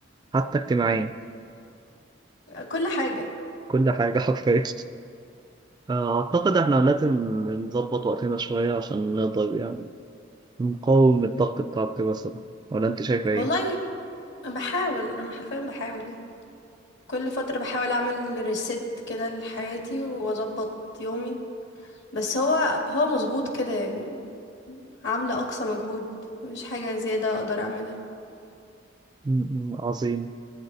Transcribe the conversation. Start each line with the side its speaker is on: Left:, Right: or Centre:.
Right: حتى اجتماعيا
Left: كل حاجه
Right: كل حاجة <laughs> حرفيا آه، اعتقد احنا لازم نظبط وقتنا شوية عشان نقدر يعني مقاوم الضغط بتاع الدراسة ده ولا أنت شايفة
Left: والله
Right: إيه؟
Left: أنا بحاول انا حرفيا بحاول يعني كل فتره بحاول اعمل ريست كده لحياتي واظبط يومي بس هو هو مظبوط كده يعني عامله اقصى مجهود مفيش حاجه زياده اقدر اعملها
Right: م- م، عظيم